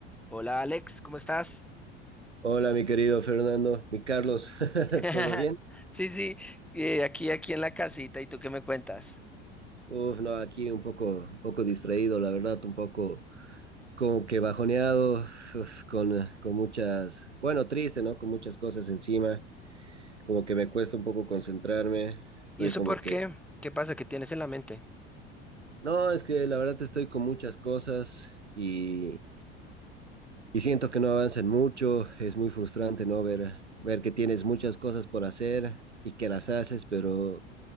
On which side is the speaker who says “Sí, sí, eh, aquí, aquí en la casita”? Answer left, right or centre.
Centre